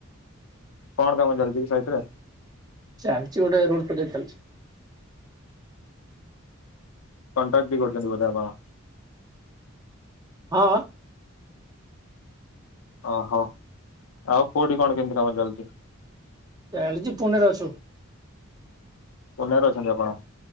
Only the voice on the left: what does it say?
କଣ କାମ ଚାଲିଛି କି ସାଇଟରେ?
କନ୍ତ୍ରାକ୍ଟିଂ ବି କରିଛନ୍ତି ବୋଧେ ଆପଣ?
ଓହୋ। ଆଉ କୋଉଠି କଣ କେମିତି କାମ ଚାଲିଛି।
ପୁନେରେ ଅଛନ୍ତି ଆପଣ?